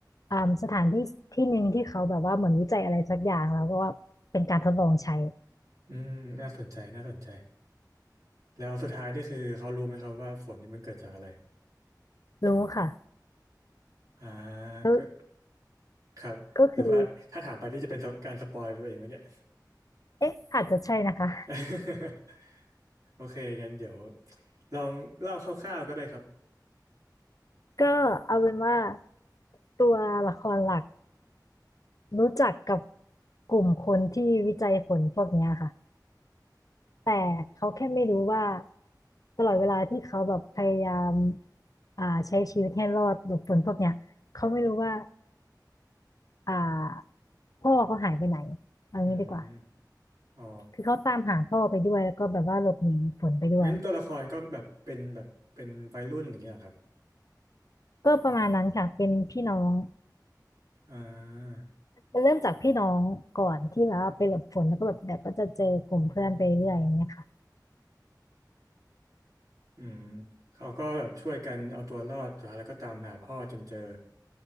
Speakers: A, on the left; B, on the right.
A: อ่าสถานที่ที่หนึ่งที่เขาแบบว่าเหมือนวิจัยอะไรสักอย่างแล้วก็ว่าเป็นการทดลองใช้
B: อืมน่าสนใจน่าสนใจ แล้วสุดท้ายนี่คือเขารู้ไหมครับว่าฝนนี่มันเกิดจากอะไร
A: รู้ค่ะ
B: อ่า
A: ก็
B: ก็ครับหรือว่าถ้าถามไปที่จะเป็นการสปอยไปตัวเองไหมเนี่ย
A: ก็คือ เอ๊ะอาจจะใช่นะคะ
B: <laughs> โอเคกันเดี๋ยวลองเล่าคร่าวๆก็ได้ครับ
A: ก็เอาเป็นว่าตัวละครหลักรู้จักกับกลุ่มคนที่วิจัยฝนพวกเนี้ยค่ะแต่เขาแค่ไม่รู้ว่าตลอดเวลาที่เขาแบบพยายามอ่าใช้ชีวิตให้รอดหลบฝนพวกเนี้ยเขาไม่รู้ว่าอ่าพ่อเขาหายไปไหนเอางี้ดีกว่า
B: อืมอ๋อ
A: คือเขาตามหาพ่อไปด้วยแล้วก็แบบว่าหลบหนีฝนไปด้วย
B: งั้นตัวละครก็แบบเป็นแบบเป็นวัยรุ่นอย่างเงี้ยเหรอครับ
A: ก็ประมาณนั้นค่ะเป็นพี่น้อง
B: อ่า
A: มันเริ่มจากพี่น้องก่อนที่แบบว่าไปหลบฝนแล้วก็แบบเดี๋ยวก็จะเจอกลุ่มเพื่อนไปเรื่อยอย่างเงี้ยค่ะ
B: อืมเขาก็แบบช่วยกันเอาตัวรอดสุดท้ายแล้วก็ตามหาพ่อจนเจอ